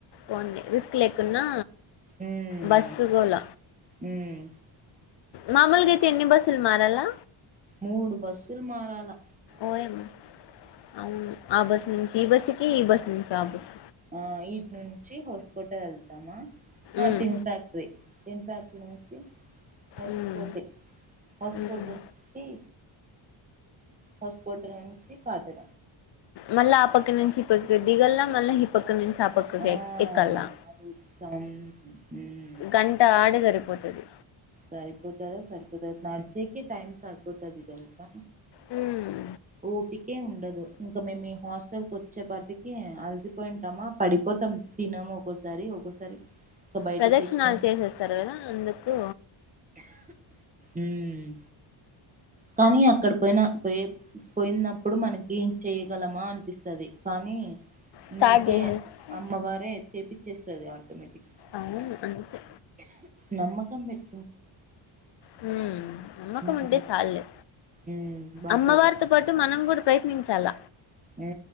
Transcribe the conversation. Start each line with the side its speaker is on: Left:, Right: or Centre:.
Left: పోంది రిస్క్ లేకున్నా
Right: ఉమ్,
Left: బస్సుగల
Right: ఉమ్.
Left: మామూలుగాతిని బసలు మారలా
Right: మూడు బస్సులు మారాలా
Left: ఓయబస్ నుంచి ఈ బస్సుకి ఈ బస్ నుంచి ఆ బస్
Right: ఆ ఇట్ నుంచి హౌస్కోట వెళ్తామా హ
Left: మ్మ్
Right: తిన్సాక్రీరేతిన్సా సి హస్కోట
Left: మ్మ్
Right: హస్కోకీ
Left: మ్మ్
Right: హస్పోట్ కాట్డి
Left: మళ్ళా ఆ పక్కం నుంచి ఇ పక్క దిగల్లా మళ్ళా ఈ పక్క నుంచి చపకు
Right: ఆ
Left: ఎక్కలా
Right: అది సం మ్మ్
Left: గంట ఆడ జరుపు పోతది
Right: సరిపోతారా సరిపోత నర్సి కి టైమ్ సరిపోతది తెల్సా
Left: మ్మ్
Right: ఓపిక ఉన్ దు ఇంకా మేము హాస్టల్ కి వచ్చే పాటికి అల్సిపోయింట్ మా పడిపోతాం తినము ఒక్కోసారి ఒక్కోసారి ఇంకా బయట
Left: ప్రదక్షిణలు
Right: తెచ్చుకోం
Left: చేసేస్తారు కదా అందుకు
Right: ఊ మ్ కానీ అక్క పోయినా పోయి పోయినప్పుడు మనకి ఏం చెయగలమా అనిపిస్తది కానీ
Left: స్టార్ట్
Right: నీకే
Left: చేసేస్తే
Right: అమ్మవారే చేపిస్ వచ్చేస్తది ఆటోమేటిక్
Left: అవును అందుకే
Right: నమ్మకం మీకు
Left: హ్మ్ నమ్మకం
Right: ఉమ్
Left: ఉంటే చాల్లే
Right: ఉమ్ బాపబ
Left: అమ్మవారితో పాటు మనం కూడా ప్రయత్నించాల
Right: ఉ